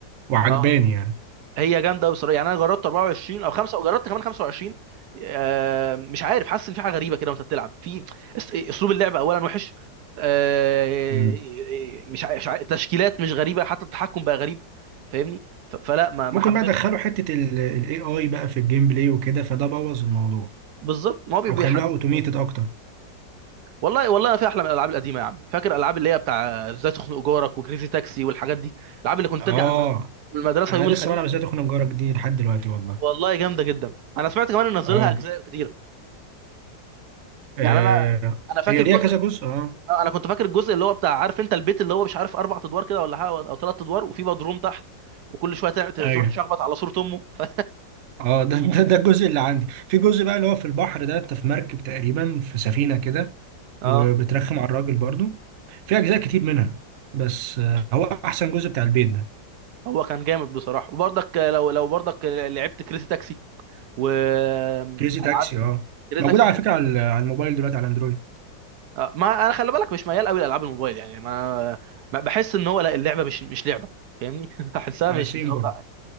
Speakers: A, on the right; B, on the right.
A: وعجباني
B: اه
A: يعني
B: هي جامده قوي بصراحه يعني انا جربت 24 او 5 وجربت كمان 25 آه مش عارف حاسس ان في حاجه غريبه كده وانت بتلعب في اس- اسلوب اللعب اولا وحش آه
A: مم. مم.
B: مش ع- مش ع- تشكيلات مش غريبه حتى التحكم بقى غريب فاهمني ف- فلا ما ما
A: ممكن
B: حبيتش
A: بقى ادخلوا
B: بصراحه
A: حته الاي اي بقى في الجيم بلاي وكده فده بوظ الموضوع
B: بالظبط ما هو بي-
A: او
B: بيحد
A: خلوها اوتوميتد اكتر
B: والله والله في احلى من الالعاب القديمه يا عم فاكر الالعاب اللي هي بتاع ازاي تخنق جارك وكريزي تاكسي والحاجات دي الالعاب اللي كنت
A: اه
B: ترجع من الم- من المدرسه
A: انا
B: يوم
A: لسه
B: الخميس
A: بلعب ازاي تخنق جارك دي لحد دلوقتي والله
B: والله جامده جدا انا سمعت كمان ان نزلها
A: اه
B: اجزاء كتير
A: آه
B: يعني انا انا فاكر
A: هي ليها
B: جزء
A: كذا جزء اه
B: انا كنت فاكر الجزء اللي هو بتاع عارف انت البيت اللي هو مش عارف اربع ادوار كده ولا حاجه او ثلاث ادوار وفي بدروم تحت وكل شويه تعب-
A: ايوه
B: تروح تشخبط على صوره امه <laughs> ف...
A: اه ده ده ده الجزء اللي عندي في جزء بقى اللي هو في البحر ده انت في مركب تقريبا في سفينة كده
B: اه
A: وبترخم على الراجل برضو في اجزاء كتير منها بس آه، هو احسن جزء بتاع البيت ده
B: هو كان جامد بصراحه وبرضك لو لو برضك لعبت كريزي تاكسي والعاب
A: كريزي تاكسي اه
B: كريزي
A: موجود
B: تاكسي
A: على
B: دي كان
A: فكرة
B: جامد.
A: على على الموبايل دلوقتي على اندرويد
B: آه، ما انا خلي بالك مش ميال قوي لالعاب الموبايل يعني ما ما بحس ان هو لا اللعبه مش مش لعبه فاهمني <laughs> بحسها
A: على
B: مش
A: سيم
B: مش اوضح
A: برضو
B: حاجه